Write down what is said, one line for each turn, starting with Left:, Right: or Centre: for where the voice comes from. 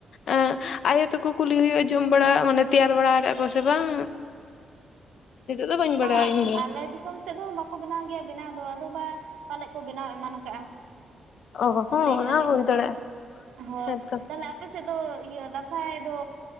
Left: ᱮᱸ ᱟᱭᱳ ᱛᱟᱠᱚ ᱠᱩᱞᱤ ᱦᱩᱭᱩᱜᱼᱟ ᱡᱚᱢ ᱵᱟᱲᱟ ᱢᱟᱱᱮ ᱛᱮᱭᱟᱨ ᱵᱟᱲᱟ ᱠᱟᱜ ᱠᱚ ᱥᱮ ᱵᱟᱝ ᱫᱚ ᱵᱟᱹᱧ
Right: ᱵᱟᱝᱟ
Left: ᱵᱟᱲᱟᱭᱟ ᱤᱧ ᱫᱚ
Right: ᱟᱞᱮ ᱫᱤᱥ ᱫᱤᱥᱚᱢ ᱥᱮᱫ ᱫᱚ ᱵᱟᱠᱚ ᱵᱮᱱᱟᱣ ᱜᱮᱭᱟ ᱵᱮᱱᱟᱣ ᱫᱚ ᱟᱫᱚ ᱵᱟ ᱯᱟᱞᱮᱫ ᱠᱚ ᱵᱮᱱᱟᱣ ᱮᱢᱟᱱ ᱟᱠᱟᱜᱼᱟ
Left: ᱚ ᱦᱚᱸ
Right: ᱞᱟᱹᱭ ᱮᱜᱼᱟᱞᱤᱧ
Left: ᱚᱱᱟ ᱦᱚᱸ ᱦᱩᱭ ᱫᱟᱲᱮᱭᱟᱜᱼᱟ
Right: ᱦᱳᱭ
Left: ᱦᱮᱸ ᱛᱚ
Right: ᱛᱟᱦᱞᱮ ᱟᱯᱮ ᱥᱮᱫ ᱫᱚ ᱫᱟᱸᱥᱟᱭ ᱫᱚ